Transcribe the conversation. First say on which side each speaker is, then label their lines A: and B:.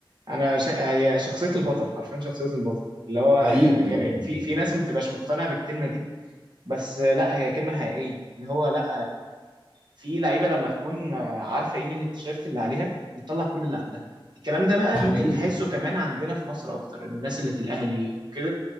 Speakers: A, on the right; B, on the right.
A: انا ش... هي شخصيه البطل حرفيا شخصيه البطل اللي هو
B: حقيقه
A: يعني
B: فعلا
A: في في ناس ما بتبقاش مقتنعه بالكلمه دي بس لا هي كلمة حقيقية اللي هو لا في لعيبة لما تكون آه، عارفة قيمة التيشيرت اللي عليها بتطلع كل اللي عندها الكلام ده بقى
B: ده حقيقي
A: ممكن تحسه كمان عندنا في مصر اكتر الناس اللي في الاهلي وكده